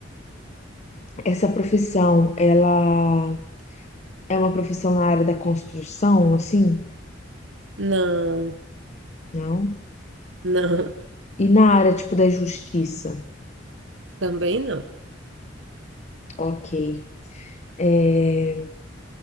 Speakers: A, on the left; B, on the right.
A: Essa profissão, ela é uma profissão na área da construção, assim?
B: Não,
A: Não.
B: não,
A: E na área, tipo, da justiça?
B: <laughs> também não.
A: Ok. É...